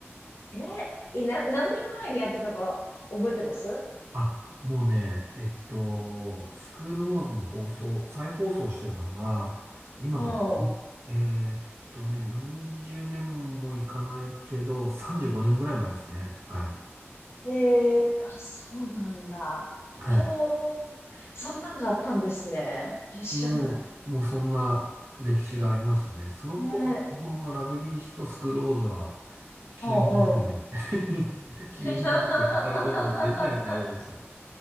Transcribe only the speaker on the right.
あ、もうね、えっと、スクールウォーズの放送、再放送してたのが、今から、
えーっとね、40年もいかないけど、35年ぐらい前ですね。はい。
はい。
もう、もうそんな歴史がありましたね。その頃の日本のラグビー史とスクローズは、
切り離せない。
<laughs> 切り離して語ることができない内容でした。